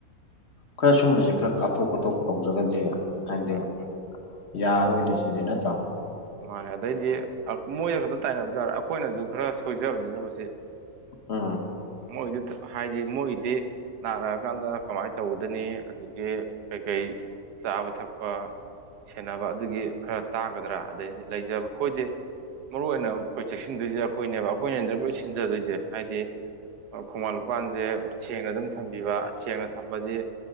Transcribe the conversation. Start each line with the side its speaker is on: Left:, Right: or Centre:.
Left: ꯈꯔ ꯁꯨꯝꯕꯁꯦ ꯈꯔ ꯀꯥꯞꯊꯣꯛ ꯈꯣꯊꯣꯛ ꯇꯧꯗ꯭ꯔꯒꯗꯤ ꯍꯥꯏꯗꯤ
Right: ꯎꯝ
Left: ꯌꯥꯔꯣꯏꯅꯦ ꯁꯤꯅꯤ ꯅꯠꯇ꯭ꯔꯣ
Right: ꯃꯥꯅꯦ ꯑꯗꯩꯗꯤ ꯃꯣꯏꯗ ꯈꯛꯇ ꯇꯥꯏꯅꯕꯁꯨꯖꯔꯦ ꯑꯩꯈꯣꯏꯅꯁꯨ ꯈꯔ ꯁꯣꯏꯖꯕꯅꯤꯅ ꯃꯁꯤ
Left: ꯑ
Right: ꯃꯣꯏꯗꯨ ꯍꯥꯏꯗꯤ ꯃꯣꯏꯗꯤ ꯅꯥꯔꯛꯑꯀꯥꯟꯗ ꯀꯃꯥꯏꯅ ꯇꯧꯒꯗꯅꯤ ꯑꯗꯒꯤ ꯀꯩꯀꯩ ꯆꯥꯕ ꯊꯛꯄ ꯁꯦꯟꯅꯕ ꯑꯗꯨꯒꯤ ꯈꯔ ꯇꯥꯒꯗ꯭ꯔꯥ ꯑꯗꯩꯗꯤ ꯂꯩꯖꯕ ꯑꯩꯈꯣꯏꯗꯤ ꯃꯔꯨ ꯑꯣꯏꯅ ꯑꯩꯈꯣꯏ ꯆꯦꯛꯁꯤꯟꯗꯣꯏꯗꯤ ꯑꯩꯈꯣꯏꯅꯦꯕ ꯑꯩꯈꯣꯏꯅ ꯂꯣꯏ ꯁꯤꯟꯖꯗꯣꯏꯁꯦ ꯍꯥꯏꯗꯤ ꯈꯣꯡꯃꯟ ꯂꯨꯄꯥꯟꯁꯦ ꯁꯦꯡꯅ ꯑꯗꯨꯝ ꯊꯝꯕꯤꯕ ꯁꯦꯡꯅ ꯊꯝꯕꯁ